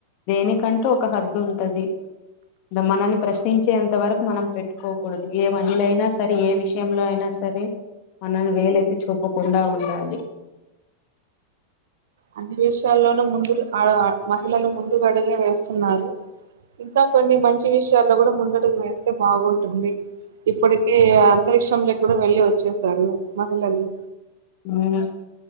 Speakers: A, on the left; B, on the right.
A: దే నికంటూ ఒక హద్దు ఉంటది. మనల్ని ప్రశ్నించేంత వరకు మనం పెట్టుకోకూడదు. ఏ మహిళైనా సరే ఏ విషయంలో అయినా స సరే మనల్ని వేలెత్తి చూపకుండా ఉండాలి.
B: అన్ని విషయాల్లోనూ ముందు ఆ మహిళలు ముందుగడుగే వేస్తున్నారు. ఇంకా కొన్ని మంచి విషయాల్లో కూడా ముందడుగు వేస్తే బాగుం టుంది. ఇప్పడికే అంతరిక్షంలో కూడా వెళ్ళి వచ్చేసారు మహిళలు.
A: మేమే